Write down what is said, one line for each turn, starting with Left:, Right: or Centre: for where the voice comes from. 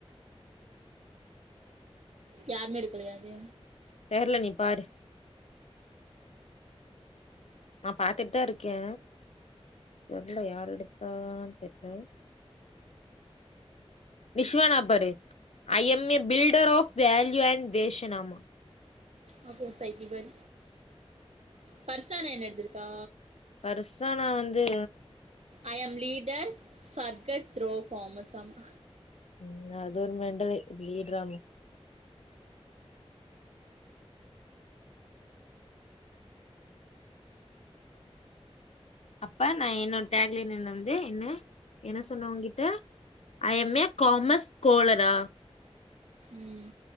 Right: யாருமே எடுக்கலையா அது
Left: தெர்ல நீ பாரு நா பாத்துட்டு தா இருக்கே தெர்ல யார் எடுத்தான்னு தெர்ல நிஷ்வானா பாரு I am a builder of value and வேஷ நாமா
Right: அ கூ பைத்தீபர் பர்சான என்ன எடுத்திருக்கா
Left: ஃபருசானா வந்து
Right: I am leader burger throw கோமஸ்சா மா
Left: ம் அது ஒரு மெண்டலு பீல்ட்ராம் அப்பா நா என்னொட டேக்லைனு வந்து என்ன என்ன சொன்னே உங்க்கிட்ட ஐ எம் ய காமர்ஸ் கோலரா
Right: ம்